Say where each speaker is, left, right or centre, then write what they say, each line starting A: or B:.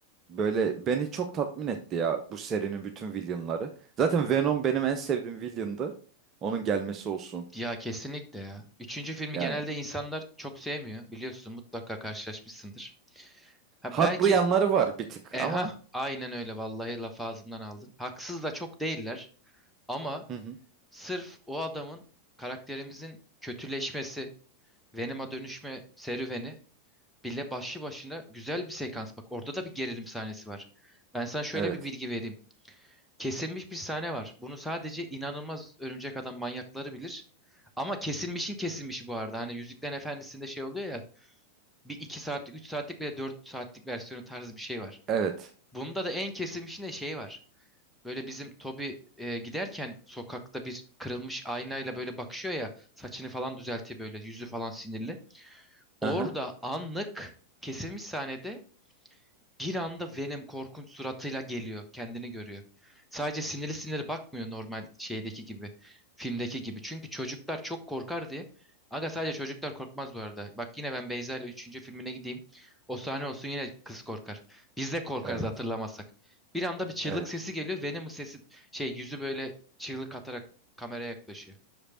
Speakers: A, on the right; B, in the centre.
A: böyle beni çok tatmin etti ya bu serinin bütün villainları. Zaten Venom benim en sevdiğim villain'dı. Onun gelmesi olsun.
B: Ya kesinlikle ya. Üçüncü filmi
A: Yani
B: genelde insanlar çok sevmiyor. Biliyorsun mutlaka karşılaşmışsındır. Ha
A: haklı
B: belki
A: yanları var bir tık
B: e
A: ama
B: ha aynen öyle vallahi laf ağzımdan aldın. Haksız da çok değiller ama
A: hı hı.
B: sırf o adamın karakterimizin kötüleşmesi Venom'a dönüşme serüveni bile başlı başına güzel bir sekans. Bak orada da bir gerilim sahnesi var. Ben sana şöyle
A: Evet.
B: bir bilgi vereyim. Kesilmiş bir sahne var. Bunu sadece inanılmaz örümcek adam manyakları bilir. Ama kesilmişin kesilmişi bu arada. Hani Yüzüklerin Efendisi'nde şey oluyor ya. Bir iki saatlik, üç saatlik bile dört saatlik versiyonu tarzı bir şey var.
A: Evet.
B: Bunda da en kesilmişinde şey var. Böyle bizim Toby e, giderken sokakta bir kırılmış aynayla böyle bakışıyor ya. Saçını falan düzeltiyor böyle. Yüzü falan sinirli. Orada
A: Hı hı.
B: anlık kesilmiş sahnede bir anda Venom korkunç suratıyla geliyor. Kendini görüyor. Sadece sinirli sinirli bakmıyor normal şeydeki gibi. Filmdeki gibi. Çünkü çocuklar çok korkar diye. Aga sadece çocuklar korkmaz bu arada. Bak yine ben Beyza ile üçüncü filmine gideyim. O sahne olsun yine kız korkar. Biz de korkarız
A: Evet.
B: hatırlamazsak. Bir anda bir çığlık
A: Evet.
B: sesi geliyor. Venom'un sesi şey yüzü böyle çığlık atarak kameraya yaklaşıyor.